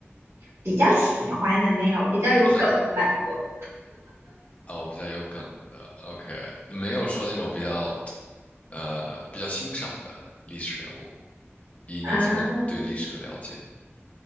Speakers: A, on the right; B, on the left.
A: 比较喜欢的没有？比较有梗的蛮多
B: 比较哦，比较有梗的，OK，没有说那种比较，呃，比较欣赏的历史人物。以你这么对历史的了解，
A: 啊，